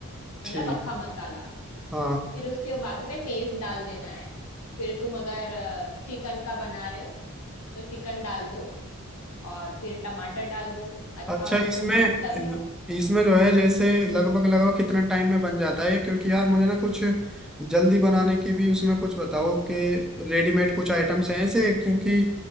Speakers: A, in the centre; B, on the left.
A: ठीक
B: मतलब अक्खा मसाला
A: हाँ
B: फिर उसके बाद में पेस्ट डाल देना है फिर तुम अगर चिकन का बना रहे हो तो चिकन डाल दो और फिर टमाटर डाल दो अच्छा
A: अच्छा
B: उसको
A: इसमें
B: मिक्स कर लो
A: इसमें जो है जैसे लगभग लगभग कितना टाइम में बन जाता है क्योंकि यार मुझे ना कुछ जल्दी बनाने की भी उसमें कुछ बताओ कि रेडीमेड कुछ आइटम्स हैं ऐसे क्योंकि